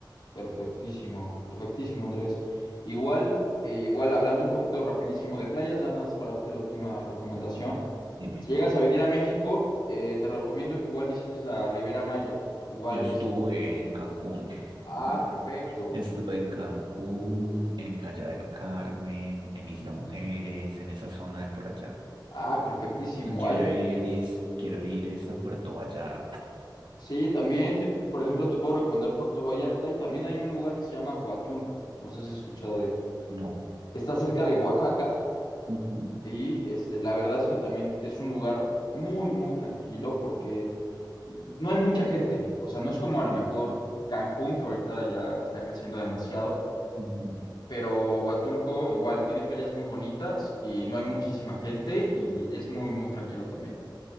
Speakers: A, on the left; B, on the right.
A: perfectísimo, perfectísimo, Andrés. Igual, eh, igual, hablando un poquito rapidísimo de playas, ya nada más para darte la última recomendación.
B: Dime,
A: Si llegas a venir a México, eh, te recomiendo que igual visites la Ribera Maya. Igual,
B: yo estuve
A: este.
B: en Cancún.
A: Ah,
B: <laughs>
A: perfecto.
B: Estuve en Cancún, en Playa del Carmen, en Isla Mujeres, en esa zona de por allá.
A: Ah, perfectísimo.
B: Quiero
A: Hay,
B: ir, es- quiero ir es a Puerto Vallarta.
A: sí, también, te, por ejemplo, te puedo recomendar Puerto Vallarta y también hay un lugar que se llama Huatulco. No sé si has escuchado de él.
B: No.
A: Está cerca de Oaxaca
B: Ujú.
A: y este, la verdad es que también es un lugar muy, muy tranquilo porque no hay mucha gente. O sea, no es como a lo mejor Cancún, que ahorita ya está creciendo demasiado.
B: Ujú.
A: Pero Huatulco igual tiene playas muy bonitas y no hay muchísima gente y es muy, muy tranquilo también.